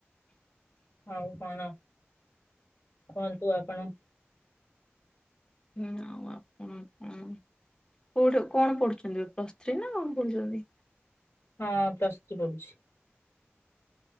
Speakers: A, on the left; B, on the left.
A: ଆଉ କଣ କୁହନ୍ତୁ ଆପଣ
B: ହୁଁ ଆପଣ କ କୋଉଠି କଣ ପଢୁଛନ୍ତି ପ୍ଲସ୍ ଥ୍ରୀ ନା କଣ ପଢୁଛନ୍ତି?
A: ହଁ ପ୍ରସ୍ ଥ୍ରୀ ପଡୁଛି।